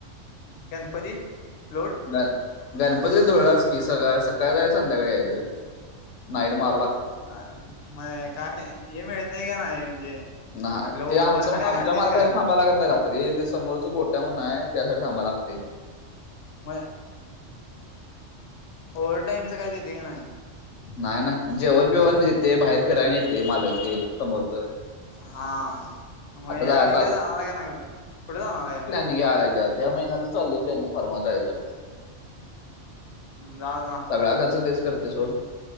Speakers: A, on the left; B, on the left.
A: गणपतीत लोड
B: गण गणपती धुळळाच की सकाळी सकाळी जायच संध्याकाळी यायचं. नाईड मार
A: म काय हे मिळतय का नाही म्हणजे,
B: नाही
A: आपलं
B: ते ते आमच
A: वरण
B: आमच्या
A: काय काढतायस
B: मार्गावर
A: काय
B: थांब थां लागत नाही रात्री ते समोरच गोट्याून म्हणून आहे त्यासाठी थांबा लागतय.
A: म ओवर्हर टाईमच काय देतंय की नाही?
B: नाही नाही, जेवण बिवण देते बाहेर फिरायला नेतय मालक ते समोरच.
A: हा मग
B: आता
A: या
B: जा
A: वेळी कुठं जाणार आहे का नाही मग कुठं जाणार यावेळी?
B: घ्याच्या ह्या महिन्यात चालले प्लनि फर्माचचायचं
A: जा जा.
B: सगळा खर्च तेच करते सोड.